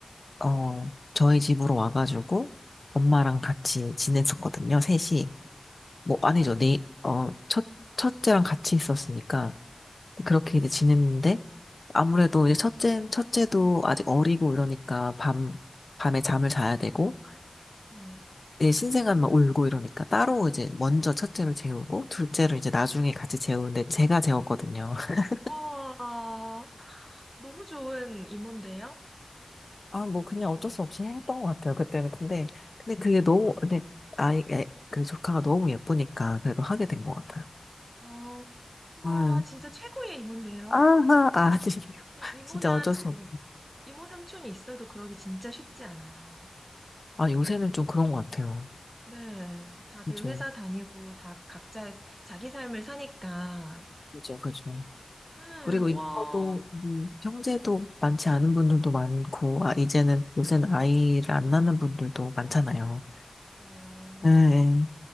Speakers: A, on the left; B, on the right.
A: 어, 저희 집으로 와가지고, 엄마랑 같이 지냈었거든요, 셋이. 뭐 아니죠. 네, 어, 첫, 첫째랑 같이 있었으니까 그렇게 이제 지냈는데 아무래도 이제 첫째, 첫째도 아직 어리고 이러니까 밤, 밤에 잠을 자야 되고
B: 네.
A: 이제 신생아만 울고 이러니까 따로 이제 먼저 첫째를 재우고 둘째를 이제 나중에 같이 재우는데 제가 재웠거든요. <laughs>
B: 와, 너무 좋은 이모인데요?
A: 아, 뭐 그냥 어쩔 수 없이 했던 것 같아요. 그때는. 근데, 근데 그게 너무, 근데 아이, 애, 그 조카가 너무 예쁘니까 그래도 하게 된
B: 어,
A: 것 같아요.
B: 어, 와,
A: 음.
B: 진짜 최고의 이모인데요?
A: 아하, 아, <laughs>
B: 근데 이모나
A: 진짜 어쩔
B: 지금
A: 수없
B: 이모 삼촌이 있어도 그러기 진짜 쉽지 않아요.
A: 아, 요새는 좀 그런 것 같아요.
B: 네, 다들
A: 그죠.
B: 회사 다니고 다 각자 자기 삶을 사니까.
A: 그죠, 그죠.
B: 네,
A: 그리고
B: 와,
A: 인터도, 음, 형제도 많지 않은 분들도 많고, 아, 이제는, 요새는 아이를 안 낳는 분들도 많잖아요.
B: 맞아요.
A: 예, 예.